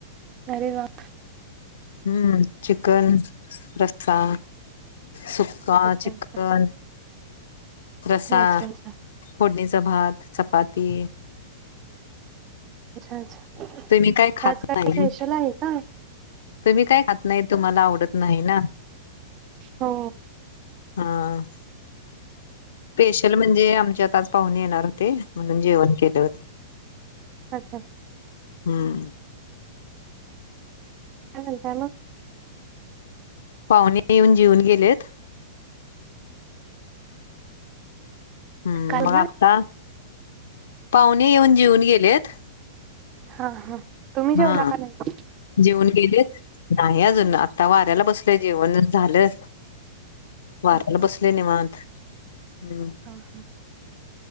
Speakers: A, on the right; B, on the left.
A: अरे वाह!
B: हम् चिकन रस्सा, सुक् का
A: अच्छा
B: चिकन,
A: अच्छा
B: - रसा,
A: अच्छा अच्छा
B: फोडणीचा भात, चपाती.
A: अच्छा! अच्छा!
B: तुम्ही काय खात
A: आज काय
B: नाही
A: स्पेशल आहे का?
B: तुम्ही काय खात नाही तुम्हाला आवडत नाही ना.
A: हो.
B: हा. स्पेशल म्हणजे आमच्यात आज पाहूने येणार होते म्हणून जेवण केले होते.
A: अच्छा!
B: हम्म.
A: काय म्हणताय मग?
B: पाहुणे येऊन जेऊन गेलेत. हम्म
A: कालला
B: मग आत्ता? पाहुणे येऊन जिऊन गेलेत.
A: हा हा. तुम्ही जेवला
B: हा.
A: का नाही
B: जेवन गेलेत? नाही अजून आता वाऱ्याला बसलं जेवण झालं. वार्याला
A: हा हा
B: बसले निवत, हम्म.
A: हा हा.